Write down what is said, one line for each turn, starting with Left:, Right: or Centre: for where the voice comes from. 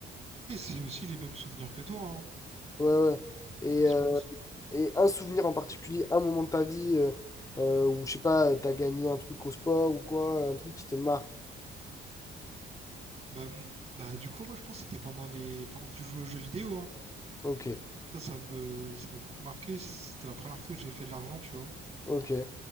Right: Après, c'est aussi les mêmes souvenirs que toi, hein.
Left: Ouais, ouais. Et,
Right: Franchement,
Left: euh,
Right: tu sais.
Left: et un souvenir en particulier, un moment de ta vie euh, euh, où, je sais pas, t'as gagné un truc au sport ou quoi, un truc qui te marque.
Right: bah, mon- bah, du coup, moi, je pense que c'était pendant les, pendant que je jouais aux jeux vidéo, hein.
Left: Ok,
Right: Ça, ça me, ça m'a beaucoup marqué. C'était la première fois que j'ai fait de l'argent, tu vois.
Left: ok,